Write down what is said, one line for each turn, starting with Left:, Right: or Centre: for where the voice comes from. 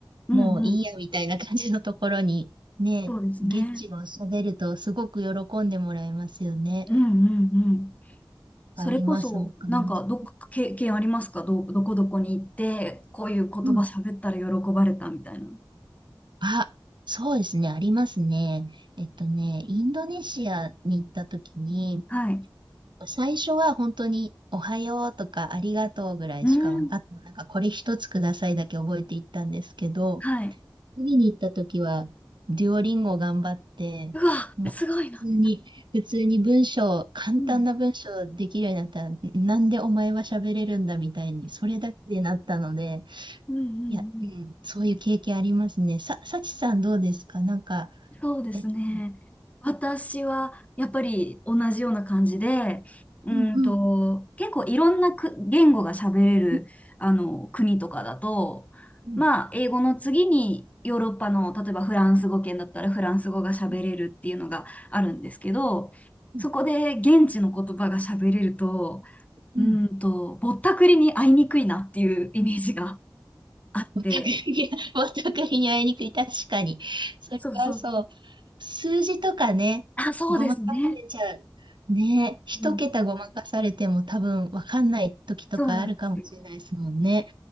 Left: うんうん。
Right: もういいやみたいな感じのところに、ね、
Left: そうですね。
Right: 現地語を喋るとすごく喜んでもらえますよね。
Left: うんうんうん。それこそ、
Right: わかります、わかります。
Left: なんか、どっか経験ありますかど、どこどこに行って、こういう言葉喋ったら喜ばれたみたいな。
Right: うん。あ、そうですね、ありますね。えっとね、インドネシアに行った時に、
Left: はい。
Right: 最初は本当におはようとかありがとうぐらいしか分かって、
Left: うん。
Right: なんかこれ一つくださいだけ覚えていったんですけど、
Left: はい。
Right: 次に行った時は、デュオリンゴ頑張って、
Left: うわ、
Right: もう普通に、
Left: すごいな。
Right: 普通に文章、簡単な文章できるようになったら、
Left: うん。
Right: なんでお前は喋れるんだみたいに、それだけでなったので、
Left: うんうんうん。
Right: いや、うん、そういう経験ありますね。さ、さちさんどうですかなんか、
Left: そうですね。
Right: えっと、
Left: 私はやっぱり同じような感じで、うんと、
Right: うんうん、
Left: 結構いろんなく言語が喋れるあの国とかだと、
Right: うん、うん、
Left: まあ、英語の次にヨーロッパの、例えばフランス語圏だったらフランス語が喋れるっていうのがあるんですけど、
Right: うん、
Left: そこで現地の言葉が喋れると、
Right: うん。
Left: うんと、ぼったくりに会いにくいなっていうイメージがあって、
Right: お互いに、<laughs> お互いに会いにくい。確かに。それはそう。
Left: そうそう。
Right: 数字とかね、
Left: あ、そうですね。
Right: ごまかされちゃう。ね、一桁ごまかされても多分わかんない時とかあるかもしれないですもんね。
Left: うん、そうなんですよ。